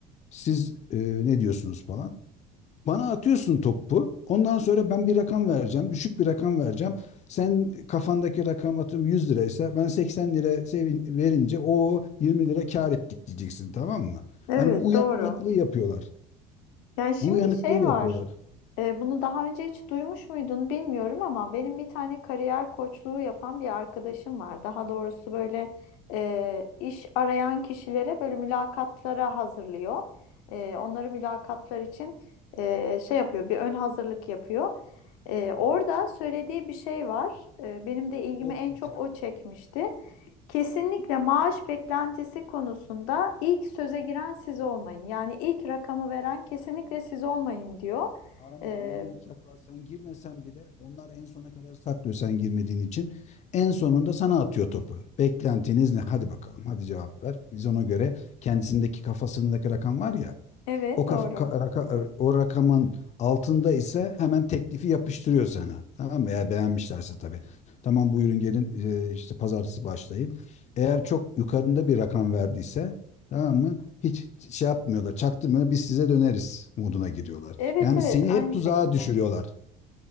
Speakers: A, on the left; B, on the left.
A: Siz e, ne diyorsunuz falan. Bana atıyorsun topu. Ondan sonra ben bir rakam vereceğim. Düşük bir rakam vereceğim. Sen kafandaki rakam atıyorum 100 liraysa ben 80 lira sevin, verince o 20 lira kar ettik diyeceksin tamam mı?
B: Evet,
A: Hani bu uyanıklığı
B: doğru.
A: yapıyorlar.
B: Yani şimdi
A: Bu uyanıklığı
B: şey
A: yapıyorlar.
B: var. e, bunu daha önce hiç duymuş muydun bilmiyorum ama benim bir tane kariyer koçluğu yapan bir arkadaşım var. Daha doğrusu böyle e, iş arayan kişilere böyle mülakatlara hazırlıyor. E, onları mülakatlar için e, şey yapıyor, bir ön hazırlık yapıyor. E, orada
A: Evet.
B: söylediği bir şey var. E, benim de ilgimi
A: Mock
B: en
A: interview.
B: çok o çekmişti. Kesinlikle maaş beklentisi konusunda ilk söze giren siz olmayın. Yani ilk rakamı veren kesinlikle siz olmayın diyor.
A: Arama
B: Ee,
A: uyanık çakal sen girmesen bile onlar en sona kadar saklıyor sen girmediğin için. En sonunda sana atıyor topu. Beklentiniz ne? Hadi bakalım hadi cevap ver. Biz ona göre kendisindeki kafasındaki rakam var ya
B: evet
A: O kafa,
B: doğru.
A: ka- raka- er, o rakamın altında ise hemen teklifi yapıştırıyor sana. Tamam mı? Eğer beğenmişlerse tabii. Tamam buyurun gelin e, işte pazartesi başlayın. Eğer çok yukarında bir rakam verdiyse tamam mı? Hiç şey yapmıyorlar, çaktırmıyorlar. Biz size döneriz moduna giriyorlar.
B: Evet
A: Yani
B: evet
A: seni
B: aynı
A: hep tuzağa
B: şekilde.
A: düşürüyorlar.